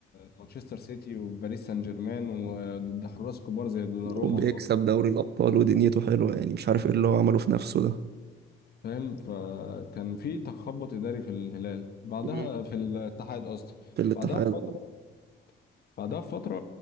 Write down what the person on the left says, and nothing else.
مانشستر سيتي وباريس سان جيرمان وضد حراس كبار زي دوناروما
فاهم فكان في تخبط اداري في الهلال بعدها
في الاتحاد قصدي
بعدها بفتره بعدها بفتره